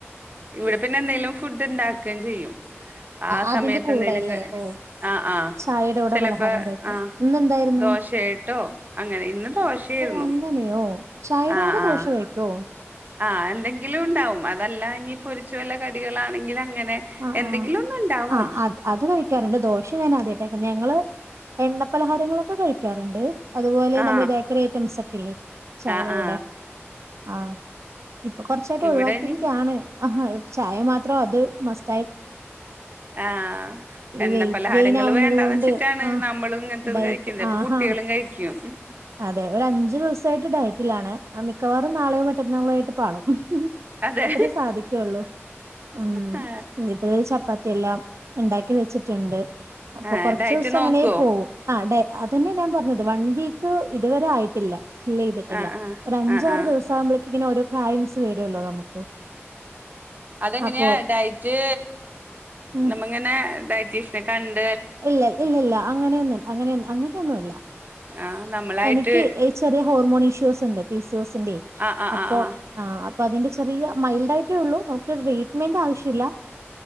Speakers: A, on the right; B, on the right.
A: ഇവിടെ പിന്നെ എന്തെങ്കിലും ഫുഡ് ഇണ്ട ക്കുകയും ചെയ്യും ആ
B: അതിന്റെ
A: സമയത്ത്
B: കൂടെല്ലേ
A: എന്തെലും
B: ഓ
A: ആ ആ
B: ചായയുടെ കൂടെ
A: ചിലപ്പോ
B: പലഹാരം കഴിക്കും
A: ആ
B: ഇന്നെന്തായിരുന്നു
A: ദോശയായിട്ടോ അങ്ങനെ ഇന്ന് ദോശായിരുന്നു
B: ഓ അങ്ങനെയോ ചായയുടെ
A: ആ
B: കൂടെ
A: ആ
B: ദോശ കഴിക്കോ
A: ആഹ എന്തെങ്കിലും ഉണ്ടാവും അതല്ല ഇനി പൊരിച്ച വല്ല കടികളാണെങ്കിൽ അങ്ങനെ
B: ആ
A: എന്തെങ്കിലും
B: ആ
A: ഒന്ന് ഉണ്ടാവും
B: ആ അത് അത് കഴിക്കാറുണ്ട് ദോഷ ഞാൻ ആദ്യട്ടേ ഞങ്ങള് എണ്ണ പലഹാരങ്ങളൊക്കെ കഴിക്കാറുണ്ട് അതുപോലെ
A: ആ
B: നമ്മുടെ ബേക്കറി ഐറ്റംസ് ഒക്കെ ഇല്ലേ ചായയുടെ
A: ആ ആ
B: കൂടെ ആ ഇപ്പൊ കുറച്ചായിട്ട്
A: ഇവിടെ
B: ഒഴിവാക്കിയിരിക്കയാണ്
A: ഇനി
B: അഹ് ചായ മാത്രേ അതോ മസ്
A: ആഹ് എണ്ണ
B: വെയിറ്റ്
A: പലഹാരങ്ങള്
B: ഗെയിൻ ആവുന്നത്
A: വേണ്ടാന്ന്
B: കൊണ്ട്
A: വെച്ചിട്ടാണ്
B: ആ
A: നമ്മളും ഇങ്ങനത്തെ
B: ഡയറ്റ്
A: കഴിക്കുന്നെ അപ്പോ
B: ആഹാ
A: കുട്ടയോളും കയിക്കും
B: അതെ ഒരു അഞ്ച് ദിവസായിട്ട് ഡയറ്റിലാണ് അ മിക്കവാറും നാളെ മറ്റെന്നാളായിട്ട് പാളും ഹും
A: അതെ
B: അത്രേ സാധിക്കുള്ളു ഉം
A: ആ
B: ഇനിപ്പോ ചപ്പാ എല്ലാം ണ്ടാക്കി വെച്ചിറ്റുണ്ട് അപ്പോ
A: ആ
B: കൊറച്ച്സം
A: ഡയറ്റ് നോക്കുവോ
B: അങ്ങനെ പോവും ആഹ് ഡേ അതെന്നെ ഞാൻ പറഞ്ഞത് വൺ വീ ഇത് ഇത് വരെ ആയിട്ടില്ല ഫില്ല് ചെയ്തിട്ടില്ല,
A: ആഹ് ആഹ്
B: ഒരു അഞ്ചാറു
A: ആഹ് ആഹ്
B: ദിവസം ആവുമ്പോഴേക്ക ഇങ്ങനെ ഓരോ <unintelligible> തരുല്ലോ നമുക്ക്,
A: അതെങ്ങനെയാ
B: അപ്പോ
A: ഡയറ്റ്,
B: ഉം
A: നമ്മങ്ങനെ ഡയറ്റീഷ്യനെ കണ്ട
B: ഇല്ല ഇല്ല ഇല്ല അങ്ങനെയൊന്നും അങ്ങന അങ്ങനെയൊന്നുമല്ല.
A: ആഹ് നമ്മളായിട്ട്
B: എനിക്ക് ചെറിയ ഹോർമോൺ ഇഷ്യു ഫീസ്ണ്ട് ഫീസ് ജോസിന്റെ
A: ആഹ് ആഹ്
B: അപ്പോ
A: ആഹ്
B: ആ, അപ്പ അതിന്റെ ചെറിയ മൈൽഡ് ആയിട്ടേ ഉള്ളു. നമുക്ക് ട്രീറ്റ്മെന്റ് ആവശ്യമില്ല.